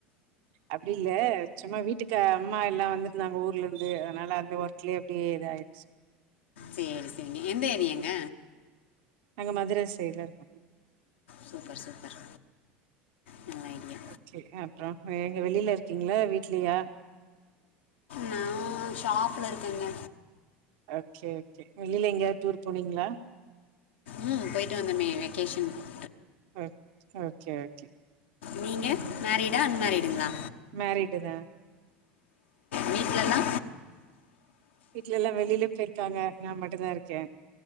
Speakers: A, on the right (about 70°); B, on the left (about 85°).
A: அப்டி இல்ல சும்மா வீட்டுக்கா ம் அம்மா எல்லா வந்திருந்தாங்க ஊர்லருந்து அதனால அந்த ஒர்க்லே அப்டியே இதாய்ருச்சு
B: சேரி சேரிங்க எந்த ஏரியாங்க
A: நாங்க மதுரை சைட்ல இருக்கோ
B: சூப்பர் சூப்பர் நல்ல ஐடியா
A: ஓகே ஆ அப்றோ அ எங்க வெளில இருக்கீங்ளா வீட்லயா
B: நா ஷாப்ல இருக்கேங்க
A: ஓகே ஓகே வெளில எங்கயாது டூர் போனீங்ளா
B: ம் போயிட்டு வந்தமே வெக்கேஷனுக்கு
A: ஓ ஓகே ஓகே
B: நீங்க மேரிடா அன்மேரிடுங்ளா
A: மேரிடு தா
B: வீட்லலா
A: வீட்ல எல்லா வெளில போயிருக்காங்க நா மட்டுதா இருக்கே